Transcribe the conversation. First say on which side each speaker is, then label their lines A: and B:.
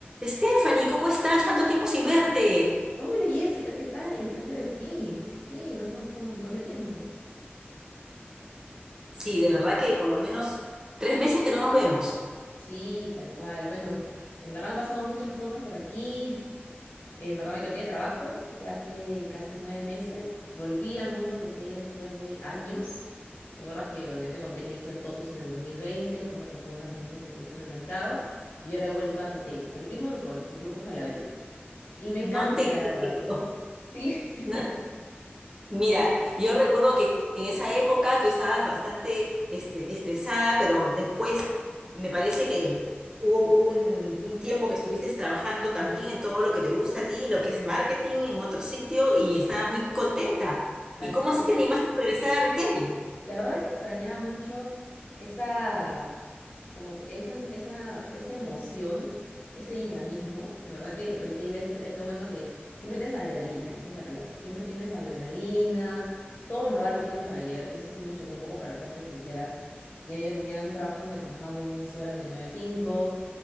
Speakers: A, on the right; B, on the left.
A: Stephanie, ¿cómo estás? Tanto tiempo sin verte.
B: Hola Jessica, ¿qué tal? ¿Qué ha sido de ti? Sí, nos hemos visto un montón de tiempo.
A: Sí, de verdad que por lo menos tres meses que no nos vemos.
B: Sí, tal cual. Bueno, en verdad han pasado muchas cosas por aquí. En verdad me cambié de trabajo ya hace casi nueve meses. Volví al mundo retail después de años. ¿Te acuerdas que, bueno, yo te conté que yo estuve en Totus en el 2020, después me pasé a una agencia de investigación de mercado y ahora he vuelto a retail, al mismo grupo, al, al grupo Falabella. Y me encanta,
A: No te
B: la verdad.
A: creo.
B: Sí, <laughs>
A: No. Mira, yo recuerdo que en esa época tú estabas bastante este, estresada, pero después me parece que hubo hubo un, un tiempo que estuviste trabajando también en todo lo que te gusta a ti, lo que es marketing en otro sitio, y estabas muy contenta.
B: tal
A: ¿Y cómo
B: cual.
A: así te animaste a regresar a retail?
B: La verdad que extrañaba mucho esa, como que esa, esa, esa emoción, ese dinamismo. La verdad que el retail es, es lo bueno que siempre tienes adrenalina, esa es la palabra. Siempre tienes adrenalina, todo en verdad lo quieren para ayer y eso sí me chocó un poco para serte sincera. Ya yo tenía un trabajo donde manejaba muy bien mis horas de nueve a cinco